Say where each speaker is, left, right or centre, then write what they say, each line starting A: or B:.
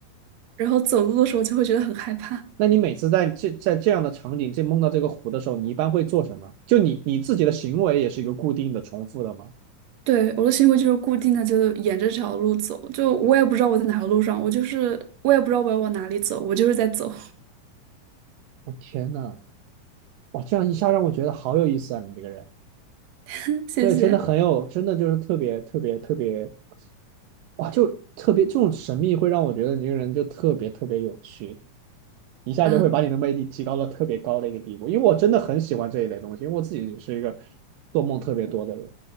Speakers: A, on the right (about 60°); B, on the right (about 80°).
A: 然后走路的时候就会觉得很害怕。
B: 那你每次在这在这样的场景，这梦到这个湖的时候，你一般会做什么？就你你自己的行为也是一个固定的、重复的吗？
A: 对，我的行为就是固定的，就沿着这条路走，就我也不知道我在哪条路上，我就是我也不知道我要往哪里走，我就是在走。
B: 我天呐，哇，这样一下让我觉得好有意思啊！你这个人，
A: <laughs> 谢谢。
B: 对，真的很有，真的就是特别特别特别，哇，就特别这种神秘会让我觉得你这个人就特别特别有趣。一下就会把你的魅力提高到特别高的一个地步。
A: 嗯
B: 因为我真的很喜欢这一类东西，因为我自己也是一个做梦特别多的人。